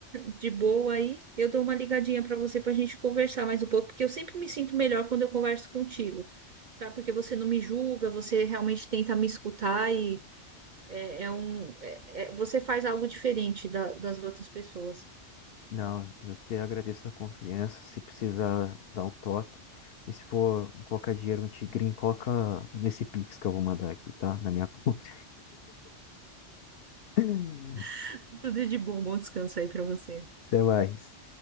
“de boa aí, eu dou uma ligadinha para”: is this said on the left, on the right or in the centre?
Right